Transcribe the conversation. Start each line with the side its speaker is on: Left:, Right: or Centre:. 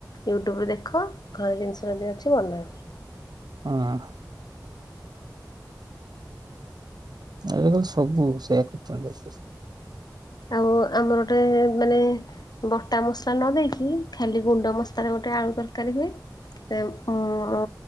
Left: ୟୁଟ୍ୟୁବ୍ ଦେଖ ଘରେ ଜିନିଷ ଯଦି ଅଛି ବନାଅ।
Right: ହଁ ଆଜି କାଲି ସବୁ ସେୟା କରୁଚନ୍ତି।
Left: ଆଉ ଆମର ଗୋଟେ ମାନେ ବଟା ମସଲା ନଦେଇକି ଖାଲି ଗୁଣ୍ଡ ମସଲାରେ ଗୋଟେ ଆଳୁ ତରକାରୀ ହୁଏ। ସେୟାମ ଅଁ